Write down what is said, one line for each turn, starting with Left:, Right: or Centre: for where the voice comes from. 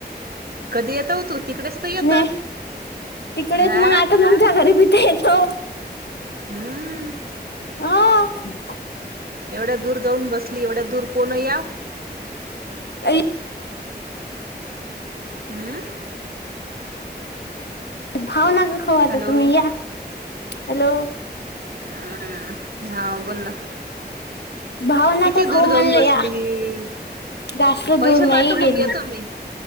Right: कधी येतो हो तू तिकडेच. तर येत
Left: नैह तिकडेच
Right: आ
Left: मग आता तुमच्या घरी बी तर येतो.
Right: हम्म.
Left: हो.
Right: एवढ्या दूर जाऊन बसली एवढ्या दूर कोण याव.
Left: ऐ.
Right: हम्म.
Left: भाव नका खाऊ आता
Right: हॅलो
Left: तुम्ही या हॅलो.
Right: अम हा बोल ना.
Left: भाव नका
Right: किती दूर
Left: खाऊ म्हनलं
Right: जाऊन बसली
Left: या. जास्त
Right: पैसे
Left: दूर नाही
Right: पाठव
Left: गेली.
Right: मग येतो मी